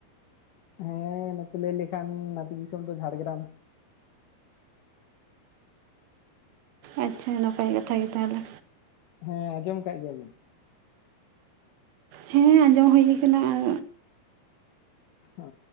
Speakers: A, on the left; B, on the right.
A: ᱦᱮᱸ ᱱᱚᱛᱮ ᱞᱟᱹᱭ ᱞᱮᱠᱷᱟᱱ ᱟᱹᱛᱩ ᱫᱤᱥᱚᱢ ᱫᱚ ᱡᱷᱟᱲᱜᱨᱟᱢ
B: ᱟᱪ ᱪᱷᱟ ᱱᱟᱯᱟᱭ ᱠᱟᱛᱷᱟ ᱜᱮ ᱛᱟᱦᱮᱞᱮ
A: ᱦᱮᱸ ᱟᱸᱡᱚᱢ ᱠᱟᱜ ᱜᱮᱭᱟ ᱵᱤᱱ
B: ᱦᱮᱸ ᱟᱸᱡᱚᱢ ᱦᱩᱭ ᱟᱠᱟᱱᱟ ᱟᱨ
A: ᱚ